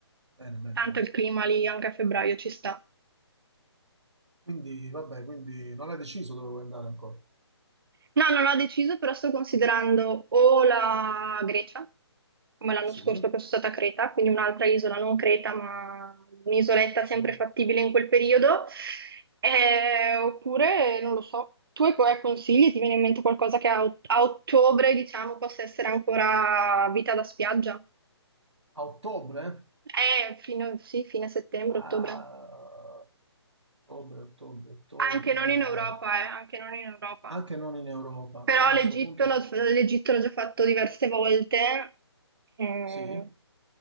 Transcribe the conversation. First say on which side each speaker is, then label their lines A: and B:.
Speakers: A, on the right; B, on the right.
A: bene, bene,
B: tanto
A: bene.
B: il clima lì anche a febbraio ci sta.
A: Quindi, vabbè, quindi non hai deciso dove vuoi andare ancora?
B: No, non ho deciso, però sto considerando o la Grecia, come l'anno
A: Sì,
B: scorso che sono stata a Creta, quindi un'altra isola, non Creta, ma un'isoletta
A: sì.
B: sempre fattibile in quel periodo, Eh, oppure non lo so. Tu hai hai consigli? Ti viene in mente qualcosa che a, ot- a ottobre, diciamo, possa essere ancora vita da spiaggia?
A: A ottobre?
B: Eh, fino, sì, fine settembre,
A: Ah,
B: ottobre.
A: ottobre, ottobre, ottobre.
B: Anche non in Europa, eh, anche non in Europa.
A: Anche non in Europa.
B: Però
A: Ah, a questo
B: l'Egitto
A: punto s-
B: l'ho l'Egitto l'ho già fatto diverse volte. Mm,
A: sì.